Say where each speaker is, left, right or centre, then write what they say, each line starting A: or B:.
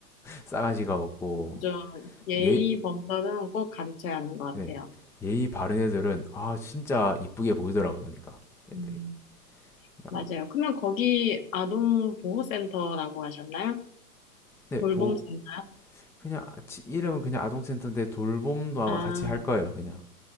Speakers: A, in the centre; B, on the left.
A: 싸가지가 없고
B: 저 예의
A: 예,
B: 범절은 꼭 가르쳐야 하는 것 같아요.
A: 네. 예의 바른 애들은 아 진짜 이쁘게 보이더라고 보니까
B: 음,
A: 애들이. 아,
B: 맞아요. 그러면 거기 아동보호센터라고 하셨나요?
A: 네,
B: 돌봄센터요?
A: 보 그냥 아- 이름은 그냥 아동센터인데 돌봄도 아마
B: 아,
A: 같이 할 거예요. 그냥.